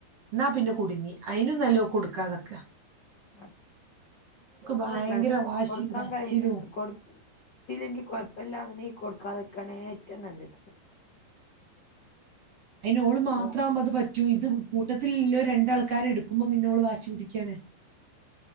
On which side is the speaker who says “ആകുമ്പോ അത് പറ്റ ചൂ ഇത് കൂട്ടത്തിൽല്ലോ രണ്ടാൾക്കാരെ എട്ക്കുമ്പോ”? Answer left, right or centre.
Right